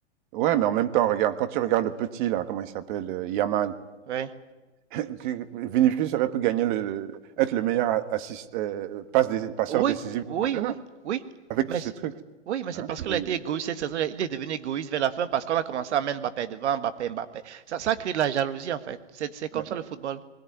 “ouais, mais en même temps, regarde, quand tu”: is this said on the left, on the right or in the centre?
Right